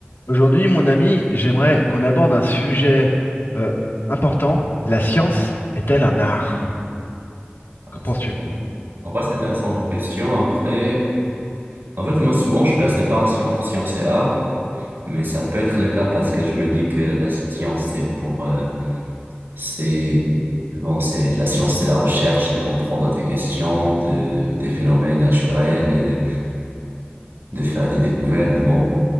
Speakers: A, on the left; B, on the right.
A: Aujourd'hui, mon ami, j'aimerais qu'on aborde un sujet euh, important. La science est-elle un art?
B: Ah,
A: Qu'en penses-tu?
B: c'est- euh, En vrai, c'est intéressant comme question. Après, en fait, moi, souvent, je fais la séparation entre science et art, mais ça peut être le cas parce que je me dis que la science, c'est pour, euh, c'est, bon, c'est, la science, c'est la recherche de comprendre des questions, de, des phénomènes naturels, euh, de faire des découvertes. Bon.